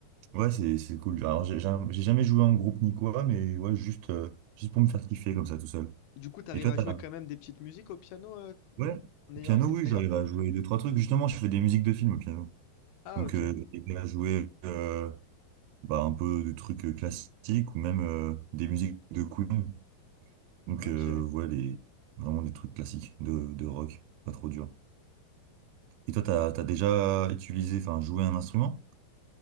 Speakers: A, on the right; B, on the left.
A: ouais, c'est c'est cool. Alors, j'ai j'ai- j'ai jamais joué en groupe ni quoi, mais ouais, juste, euh, juste pour me faire kiffer comme ça tout seul.
B: Du coup, t'arrives
A: Et toi,
B: à
A: t'as.
B: jouer quand même des petites musiques au piano euh,
A: Ouais,
B: en ayant
A: piano,
B: appris
A: oui,
B: tout seul?
A: j'arrive à jouer deux, trois trucs. Justement, je fais des musiques de films au piano.
B: Ah,
A: Donc,
B: ok.
A: euh, j'ai aidé à jouer. euh, bah, un peu de trucs euh, classiques ou même euh, des musiques de Queen. Donc,
B: Ok.
A: euh, ouais, les, vraiment des trucs classiques de, de rock, pas trop dur. Et toi, t'as, t'as déjà utilisé, enfin, joué un instrument?